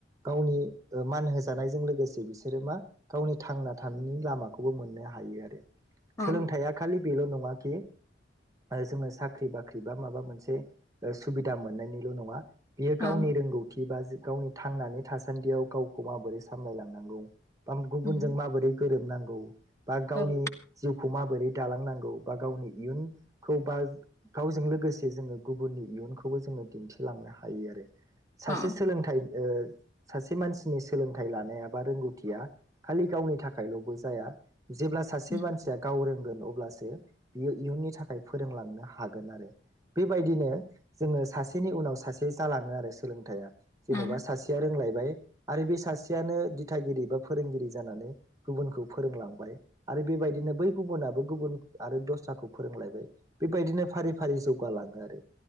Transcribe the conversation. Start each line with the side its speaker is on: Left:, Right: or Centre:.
Right: गावनि ओ मान होजानायजों लोगोसे बिसोरो मा गावनि थांना थानायनि लामाखौबो मोननो हायो आरो सोलोंथाइया
Left: उम
Right: खालि बेल' नङा कि जोङो साख्रि बाख्रि बा माबा मोनसे सुबिदा मोननायनिल' नङा। बियो गावनि
Left: औ
Right: रोंगौथि बा जि गावनि थांनानै थासान्दियाव गावखौ माबोरै सामलायलांनांगौ बा गुबुनजों
Left: उम
Right: माबोरै गोरोबनांगौ बा गावनि
Left: औ
Right: जिउ खौ माबोरै दालांनांगौ बा गावनि इयुन खौ बा गावजों लोगोसे जोङो गुबुननि इयुनखौबो जोङो दिन्थिलांनो हायो आरो। सासे
Left: अ
Right: सोलोंथाइ ओ सासे मानसिनि सोलोंथाइ लानाया बा रोंगौथिया खालि गावनि थाखायल'बो जाया। जेब्ला सासे
Left: औ
Right: मानसिया गाव रोंगोन अब्लासो बियो इयुननि थाखाय फोरोंलांनो हागोन आरो। बेबायदिनो जोङो सासेनि उनाव सासे जालाङो आरो सोलोंथाइया। जेन'बा
Left: नंगौ
Right: सासेया रोंलाय बाय आरो बे सासेयनो दिथागिरि बा फोरोंगिरि जानानै गुबुनखौ फोरोंलांबाय आ रो बेबायदिनो बै गुबुनाबो गुबुन आरो दस्राखौ फोरोंलायबाय बेबायदिनो फारि फारि जौगालाङो। आरो